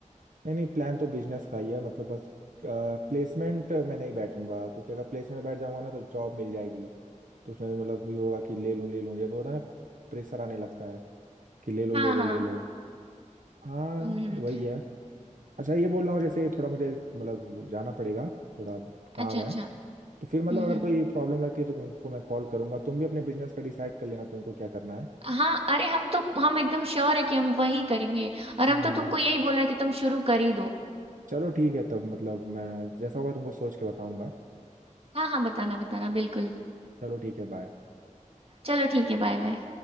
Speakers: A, on the right; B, on the right.
A: नहीं नहीं प्लान तो बिजनेस का ही है मतलब बस प्लेसमेंट में नहीं बैठूंगा क्योंकि अगर प्लेसमेंट में बैठ जाऊंगा ना तो जॉब मिल जाएगी तो उसमें मतलब ये होगा कि ले लूं ले लूं जैसे होता है ना प्रेशर आने लगता है कि ले लो
B: हाँ
A: ले लो
B: हाँ
A: ले लो हाँ
B: हम्म हम्म।
A: वही है अच्छा ये बोल रहा हूँ जैसे थोड़ा मुझे मतलब जाना पड़ेगा थोड़ा काम
B: अच्छा अच्छा
A: है
B: हम्म
A: तो फिर मतलब अगर
B: हम्म
A: कोई प्रॉब्लम लगती है तो तुमको मैं कॉल करूंगा तुम भी अपने बिजनेस का डिसाइड कर लेना तुमको क्या करना है
B: हाँ अरे हम तो हम एकदम श्योर है कि हम वही करेंगे और
A: हम्म
B: हम तो तुमको यही बोल रहे हैं कि तुम शुरू कर ही दो
A: चलो ठीक है तब मतलब मैं जैसा होगा तुमको सोच के बताऊंगा
B: हाँ हाँ बताना बताना बिल्कुल
A: चलो ठीक है बाय
B: चलो ठीक है बाय बाय